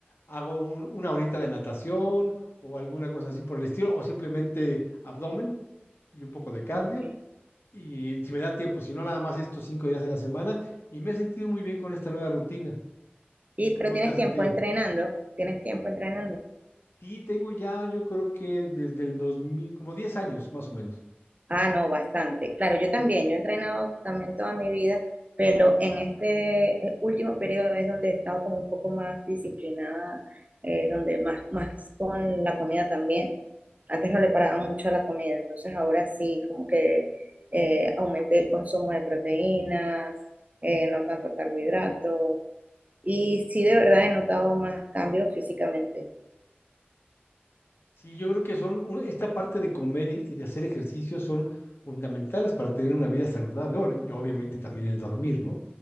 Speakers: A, on the left (about 70°); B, on the right (about 40°).
A: hago un- una horita de natación o alguna cosa así por el estilo o simplemente abdomen y un poco de cardio
B: Ok.
A: y si me da tiempo, si no nada más estos cinco días de la semana y me he sentido muy bien con esta nueva rutina.
B: Y,
A: ¿Tú
B: pero
A: cómo
B: tienes
A: te has
B: tiempo
A: sentido?
B: entrenando, tienes tiempo entrenando.
A: Sí, tengo ya, yo creo que desde el 2000 como diez años más o menos.
B: Ah, no, bastante. Claro, yo también, yo he entrenado también toda mi vida, pero en este eh, último periodo es donde he estado como un poco más disciplinada, eh, donde más, más con la comida también. Antes no le paraba mucho a la comida, entonces ahora sí, como que eh, aumenté el consumo de proteínas, eh, no tanto carbohidratos, y sí de verdad he notado más cambios físicamente,
A: Sí, yo creo que son, un- esta parte de comer y, y de hacer ejercicio son fundamentales para tener una vida saludable. Bueno, y obviamente también el dormir, ¿no?